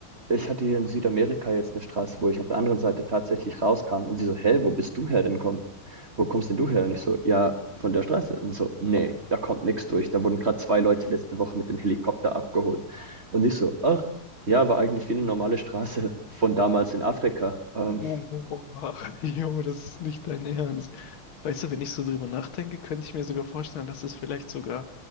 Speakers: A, on the right; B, on the left.
A: ich hatte hier in Südamerika jetzt eine Straße, wo ich auf der anderen Seite tatsächlich rauskam und sie so, hä, wo bist du her denn komm, wo kommst denn du her? Und ich so, ja, von der Straße. Und so, nee, da kommt nichts durch. Da wurden gerade zwei Leute letzte Woche mit dem Helikopter abgeholt. Und ich so, ach, ja, war eigentlich wie eine normale Straße von damals in Afrika. Ähm,
B: Boah, <laughs> jo, das ist nicht dein Ernst. Weißt du, wenn ich so drüber nachdenke, könnte ich mir sogar vorstellen, dass es vielleicht sogar